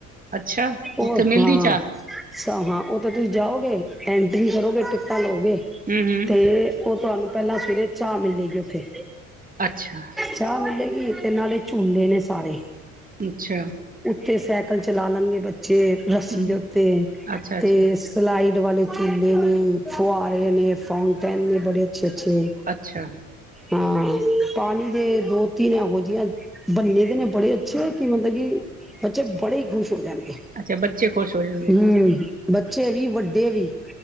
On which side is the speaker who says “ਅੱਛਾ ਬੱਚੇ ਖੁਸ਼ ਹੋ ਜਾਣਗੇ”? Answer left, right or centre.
Right